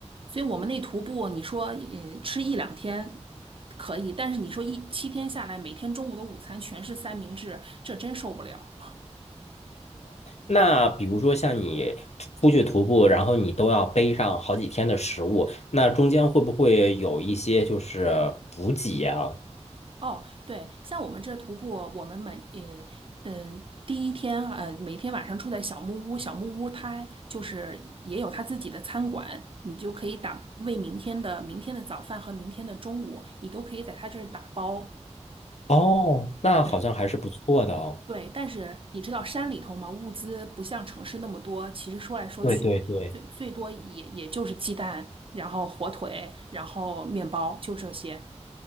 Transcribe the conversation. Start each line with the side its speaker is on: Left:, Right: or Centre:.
Right: 所以我们那徒步，你说嗯吃一两天可以，但是你说一七天下来，每天中午的午餐全是三明治，这真受不了。
Left: 那比如说像你出去徒步，然后你都要背上好几天的食物，那中间会不会有一些就是补给呀？
Right: 哦，对，像我们这徒步，我们每嗯嗯第一天呃每天晚上住在小木屋，小木屋它就是也有它自己的餐馆，你就可以打为明天的明天的早饭和明天的中午，你都可以在它这儿打包。
Left: 哦，那好像还是不错的哦。
Right: 对，对，但是你知道山里头嘛，物资不像城市那么多。其实说来说去，
Left: 对对对，
Right: 最最多也也就是鸡蛋，然后火腿，然后面包，就这些。